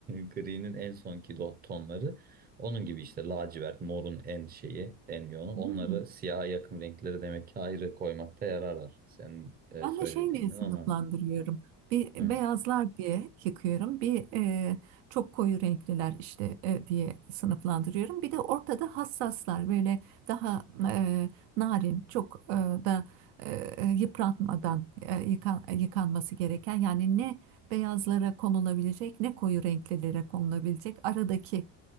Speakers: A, on the right; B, on the right.
A: Gri'nin en sonki do- tonları. Onun gibi işte lacivert, morun en şeyi, en yoğunu. Onları
B: Hmm.
A: siyaha yakın renkleri demek ki ayrı koymakta yarar var. Senin e,
B: Ben
A: söylediğinden
B: de şey diye sınıflandırıyorum.
A: onu anladım.
B: Bir
A: Hı.
B: beyazlar diye yıkıyorum. Bir e, çok koyu renkliler işte e, diye sınıflandırıyorum. Bir de ortada hassaslar böyle daha e, narin, çok e, da e, e, yıpratmadan e, yıkan- yıkanması gereken yani ne beyazlara konulabilecek ne koyu renklilere konulabilecek aradaki